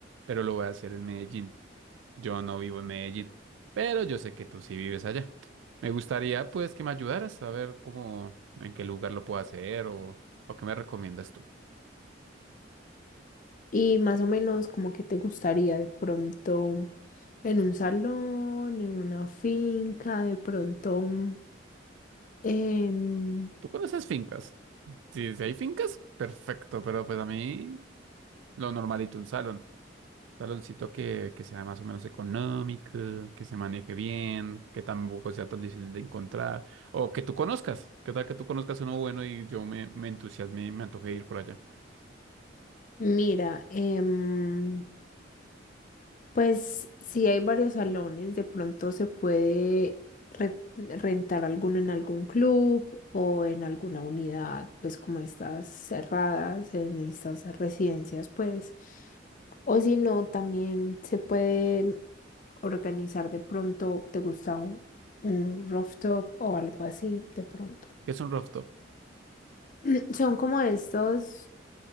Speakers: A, on the right; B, on the left.
A: pero lo voy a hacer en Medellín. Yo no vivo en Medellín, pero yo sé que tú sí vives allá. Me gustaría pues que me ayudaras a ver cómo, en qué lugar lo puedo hacer o, o qué me recomiendas tú.
B: Y más o menos, como que te gustaría de pronto en un salón, en una finca, de pronto? mm, em,
A: ¿Tú conoces fincas? Si, si hay fincas, perfecto, pero pues a mí lo normalito, un salón. Saloncito que, que sea más o menos económico, que se maneje bien, que tampoco sea tan difícil de encontrar, o que tú conozcas, que tal que tú conozcas uno bueno y yo me, me entusiasme y me antoje ir por allá.
B: mira, em, Pues si hay varios salones, de pronto se puede re- rentar alguno en algún club o en alguna unidad, pues como estas cerradas, en estas residencias, pues. O si no, también se puede organizar de pronto, ¿te gusta un, un rooftop o algo así de pronto?
A: ¿Qué Es un rooftop.
B: <clears throat> Son como estos.